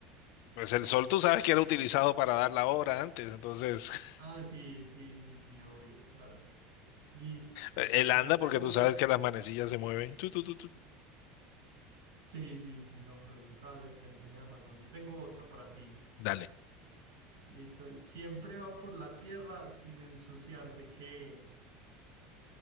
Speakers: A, on the left; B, on the right.
A: Pues el sol tú sabes que era utilizado para dar la hora antes, entonces <laughs>
B: Ah, sí, sí, sí, sí, obvio, claro. Listo.
A: él
B: Yo
A: anda
B: tengo.
A: porque tú sabes que las manecillas se mueven. Tú, tú, tú, tú.
B: Sí, sí, sí, no, pero sí estaba cerca, sí tenía razón. Yo tengo otro para ti.
A: Dale.
B: Listo. Siempre va por la tierra sin ensuciarse. ¿Qué es?